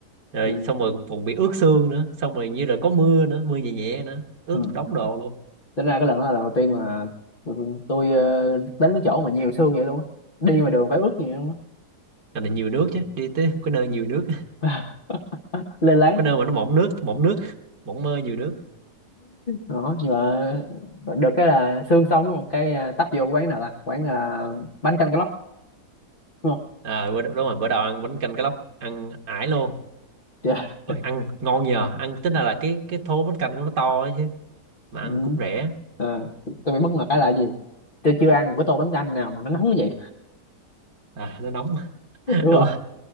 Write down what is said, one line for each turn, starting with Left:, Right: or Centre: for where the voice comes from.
Right: rồi
Left: Ừ.
Right: xong rồi còn bị ướt sương nữa xong rồi như là có mưa nữa mưa nhẹ nhẹ nữa ướt
Left: Ừ.
Right: đống đồ luôn
Left: Tính ra cái lần đó là lần đầu tiên mà tôi, tôi ờ, đến cái chỗ mà nhiều sương vậy luôn á đi mà đường phải ướt vậy luôn
Right: Là, là nhiều nước chứ đi tới một cái nơi nhiều nước <laughs>
Left: á <laughs> lên láng
Right: một cái nơi mà nó mỏng nước mỏng nước mỏng mơ nhiều nước
Left: đó nhưng mà được cái là sương xong một cái à, tấp vô quán nào ta quán là bánh canh cá lóc đúng không
Right: à bữa, đúng rồi bữa đầu ăn bánh canh cá lóc ăn ải luôn
Left: Trời.
Right: ôi ăn ngon nhờ ăn tính ra là cái cái thố bánh canh của nó to ấy chứ mà ăn
Left: Ừ.
Right: cũng rẻ
Left: à, tôi bị bất ngờ cái là gì tôi chưa ăn một cái tô bánh canh nào mà nó nóng như vậy
Right: à nó nóng <laughs>
Left: <laughs> đúng
Right: đúng
Left: rồi
Right: rồi